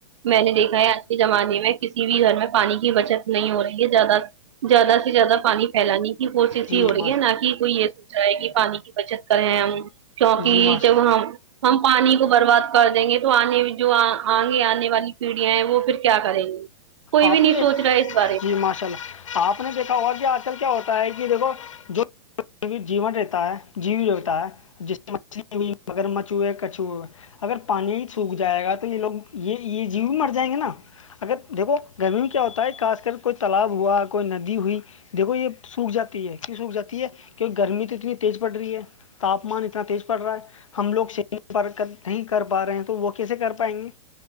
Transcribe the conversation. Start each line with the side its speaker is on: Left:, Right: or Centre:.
Right: میں نے دیکھا ہے آج کے زمانے میں کسی بھی گھر میں پانی کی بچت نہیں ہو رہی ہے زیادہ زیادہ سے زیادہ پانی پھیلانی کوشش
Left: جی
Right: ہی ہو رہی
Left: ما...
Right: ہے نہ کہ کوئی یہ سوچ رہا ہے کہ پانی کی بچت کر رہے ہم کیونکہ
Left: جی ماش
Right: جب ہم ہم پانی کو برباد کر دیں گے تو آنے جو آئ گے آنے والی پیڑھیاں ہیں وہ پھر کیا کریں گی کوئی
Left: آپ
Right: بھی نہیں
Left: نے دیکھ
Right: سوچ رہا اس بارے
Left: جی
Right: میں
Left: ماشاء اللہ آپ نے دیکھا ہوا کہ آج کل کیا ہوتا ہے کہ دیکھو جو جیون رہتا ہے جیو جتا ہے جیس سے مچھلی ہوئی مگر مچ ہوئے کچھ ہوئے اگر پانی ہی سوکھ جائے گا تو یہ لوگ یہ یہ جیو بھی مر جائیں گے نا اگر دیکھو گرمی میں کیا ہوتا ہے خاص کر کوئی تالاب ہوا کوئی ندی ہوئی دیکھو یہ سوکھ جاتی ہے کیوں سوکھ جاتی ہے کیکہ گرمی تو اتنی تیز پڑ رہی ہے تاپمان اتنا تیز پڑ رہا ہے ہم لوگ سرک نہیں کر پا رہے ہیں تو وہ کیسے کر پائیں گے